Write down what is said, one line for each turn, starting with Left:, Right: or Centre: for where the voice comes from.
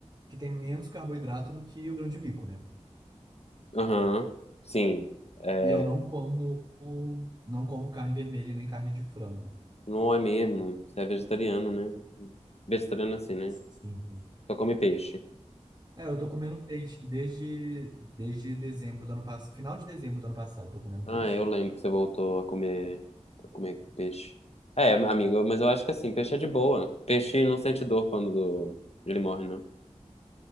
Right: que tem menos carboidrato do que o grão de bico, né?
Left: aham, sim. É,
Right: E eu não como não como carne vermelha nem carne de frango.
Left: não é mesmo, você é vegetariano, né? Vegetariano é assim, né?
Right: Sim.
Left: Só come peixe.
Right: É, eu tô comendo peixe desde, desde dezembro do ano passado, final de dezembro do ano passado, eu tô comendo
Left: Ah,
Right: peixe.
Left: eu lembro que você voltou a comer, a comer peixe. É, amigo, mas eu acho que assim, peixe é de boa. Peixe não sente dor quando ele morre, não.